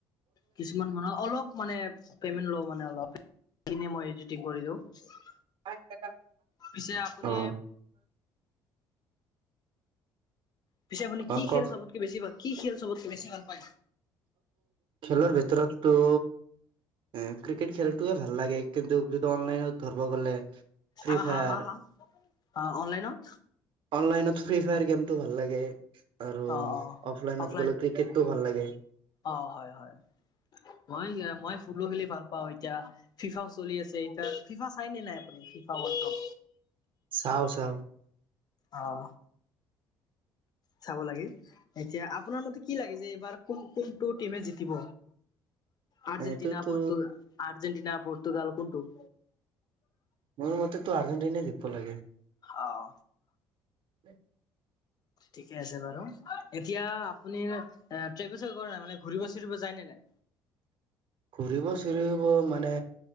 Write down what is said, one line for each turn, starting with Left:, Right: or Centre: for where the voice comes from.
Left: কিছুমান মানে অলপ মানে পেমেন্ট লওঁ মানে অলপ, ইনে মই এডিটিং কৰি দিওঁ। <unintelligible>
Right: <unintelligible>
Left: পিছে আপুনি
Right: অ
Left: পিছে আপুনি
Right: অ
Left: কি
Right: কওক
Left: খেল চবতকে বেছি ভাল, কি খেল চবতকে বেছি ভাল পায়?
Right: খেলৰ ভিতৰতটো এ ক্ৰিকেট খেলটোৱেই ভাল লাগে, কিন্তু অনলাইনত ধৰবা গ'লে ফ্ৰী
Left: হা
Right: ফায়াৰ
Left: হা হা হা? অহ, অনলাইনত
Right: অনলাইনত ফ্ৰী ফায়াৰ গেমটো ভাল লাগে আৰু
Left: অ অ
Right: অফলাইনত
Left: অফলাইন
Right: গ'লে ক্ৰিকেটটো ভাল লাগে।
Left: অ', হয় হয়, মই-মই ফুটবল খেলি ভাল পাওঁ, এতিয়া ফিফাও চলি আছে এতিয়া, ফিফা চাই নে নাই আপুনি? FIFA world cup.
Right: চাওঁ চাওঁ।
Left: অহ। চাব লাগি এতিয়া আপোনাৰ মতে কি লাগিছে, এইবাৰ কোন কোনটো টিমে জিতিব? আৰ্জেন্টিনা,
Right: এইটোতো
Left: পৰ্টু, আৰ্জেন্টিনা, পৰ্তুগাল কোনটো?
Right: মোৰ মতেতো আৰ্জেন্টিনাই জিকিব লাগে।
Left: অহ।
Right: <inaudible>
Left: ঠিকেই আছে বাৰু, এতিয়া আপুনি ট্ৰেভেল চেভেল কৰে নে নাই? মানে ঘুৰিব চুৰিব যায় নে নাই?
Right: ঘূৰিব চূৰিব মানে